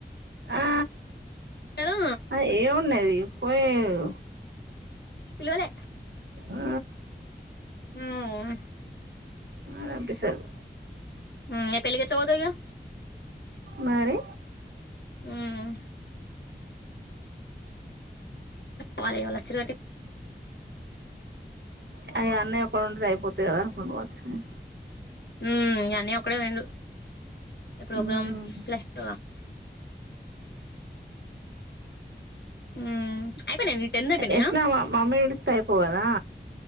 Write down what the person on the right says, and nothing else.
ఆ
ఆ ఏమున్నాది పోయేదే
ఆ
ఆ పంపిస్తాది
మరి
వాళ్ళ అన్నయ్య పనులు అయిపోతాయి కదా అని కొండనవాచ్చింది
మ్మ్
ఎట్లా మమ్మీ పిలుసు తయపోవదా